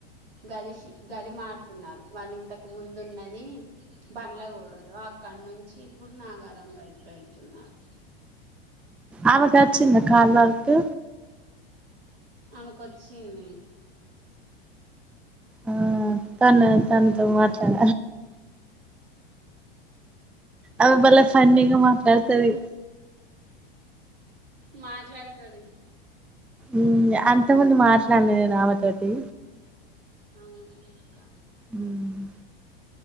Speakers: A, on the right; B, in the centre.
A: గదిష్ గది మారుతున్నారు వాళ్ళు ఇంతకు ముందున్నది బండ్లగుడ అక్కడ నుంచి ఇప్పుడు నాగారం వైపు వెళ్తున్నారు
B: ఆమెకాచిన్ద కాల్వర్కు
A: అమెకొచ్చింది
B: ఆ తను తనతో మాట్లాడ అమె భలే ఫన్నీగా మాట్లాడతది
A: మాట్లాడతది
B: ఉమ్ అంత ముందు మాట్లాడలే నేనామ తోటి
A: అవునక్క
B: ఉమ్